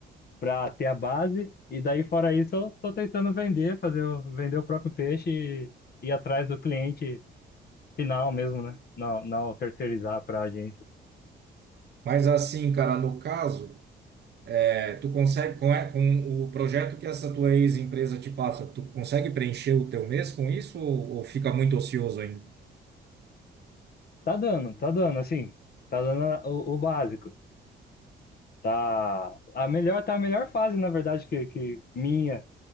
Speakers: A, on the left; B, on the right.
A: para ter a base, e daí fora isso eu tô tentando vender, fazer o- vender o próprio peixe e ir atrás do cliente final mesmo, né? Não, não terceirizar para agência.
B: Mas assim, cara, no caso, é, tu consegue, com, é, com o projeto que essa tua ex-empresa te passa, tu consegue preencher o teu mês com isso ou, ou fica muito ocioso ainda?
A: Tá dando, tá dando, assim, tá dando a- o, o básico. Tá a melhor, tá a melhor fase, na verdade, que, que minha